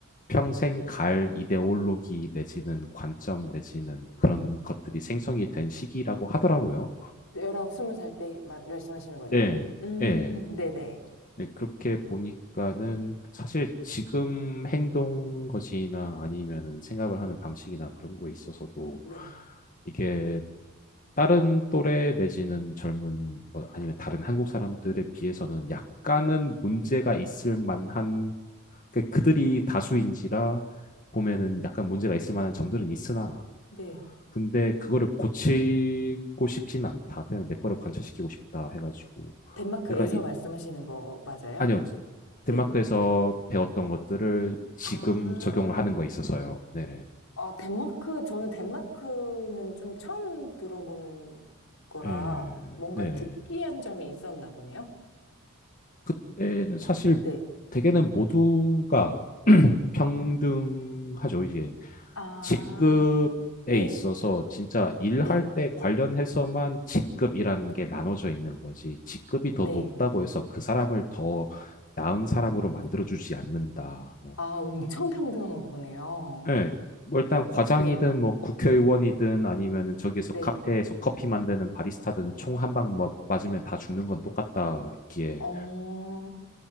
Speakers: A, on the left (about 40°); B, on the left (about 75°).
A: 평생 갈 이데올로기 내지는 관점 내지는 그런 것들이 생성이 된 시기라고 하더라고요.
B: 19, 20살 때 말씀하시는 거죠?
A: 예,
B: 음,
A: 예.
B: 네네.
A: 네, 그렇게 보니까는 사실 지금 행동 것이나 아니면은 생각을 하는 방식이나 그런 거에 있어서도
B: 네.
A: 이게 다른 또래 내지는 젊은 뭐 아니면 다른 한국 사람들에 비해서는 약간은
B: 네.
A: 문제가 있을 만한 그 그들이 다수인지라 보면은
B: 음.
A: 약간 문제가 있을 만한 점들은 있으나
B: 네.
A: 근데 그거를 고치고 싶진 않다. 그냥 내 거를 관철시키고 싶다 해가지고
B: 덴마크에서
A: 약간 이,
B: 말씀하시는 거 맞아요?
A: 아니요. 덴마크에서
B: 네.
A: 배웠던 것들을 지금
B: 아,
A: 적용을 하는 거에 있어서요. 네네.
B: 아, 덴마크, 저는 덴마크는 좀 처음 들어보는 거라
A: 예,
B: 뭔가
A: 네네.
B: 특이한 점이 있었나 보네요.
A: 그때는 사실
B: 네.
A: 대개는 모두가 <clears throat> 평등하죠.
B: 음.
A: 이제
B: 아,
A: 직급에
B: 네,
A: 있어서 진짜 일할
B: 네,
A: 때 관련해서만 직급이라는 게 나눠져 있는 거지. 직급이 더
B: 네.
A: 높다고 해서 그 사람을 더 나은 사람으로 만들어주지 않는다. 뭐.
B: 아, 엄청 평등한 거 보네요.
A: 예. 뭐 일단 과장이든
B: 네,
A: 뭐 국회의원이든 아니면은 저기에서
B: 네.
A: 카페에서 커피 만드는 바리스타든 총 한방 뭐 맞으면 다 죽는 건 똑같다 있기에
B: 어,